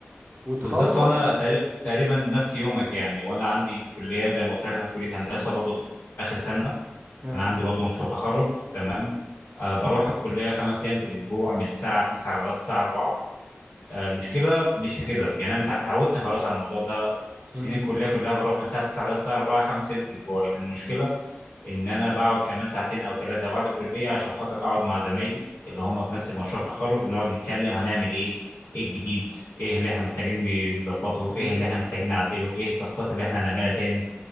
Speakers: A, on the right; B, on the left.
A: وتخلص
B: بالظبط وانا تقري- تقريبا نفس يومك يعني وانا عندي كليه زي ما قلت لك انا في كليه هندسه برضو في اخر سنه
A: اه
B: انا عندي برضو مشروع تخرج تمام آه بروح الكليه خمس ايام في الاسبوع من الساعه 9 لغايه الساعه 4 آه، المشكله مش في كده يعني انا متع- اتعودت خلاص على الموضوع ده سنين
A: مم.
B: الكليه كلها بروح من الساعه 9 لغايه الساعه 4 خمس ايام في الاسبوع لكن المشكله ان انا بقعد كمان ساعتين او ثلاثه بعد الكليه عشان خاطر اقعد مع زمايلي اللي هم في نفس المشروع التخرج ونقعد نتكلم هنعمل ايه ايه الجديد ايه اللي احنا محتاجين نظبطه
A: مم.
B: ايه اللي احنا محتاجين نعدله ايه التاسكات اللي احنا هنعملها تاني